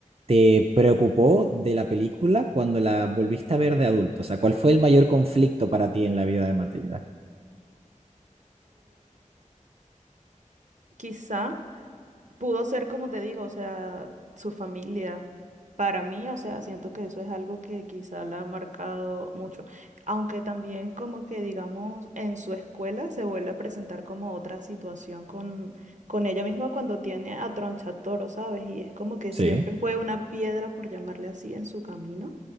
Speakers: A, on the right; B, on the right.
A: te preocupó de la película cuando la volviste a ver de adulto? O sea, ¿cuál fue el mayor conflicto para ti en la vida de Matilda?
B: Quizá pudo ser, como te digo, o sea, su familia. Para mí, o sea, siento que eso es algo que quizá la ha marcado mucho. Aunque también como que, digamos, en su escuela se vuelve a presentar como otra situación con, con ella misma cuando tiene a Tronchatoro, ¿sabes? Y es como que
A: Sí,
B: siempre fue una piedra, por llamarle así, en su camino.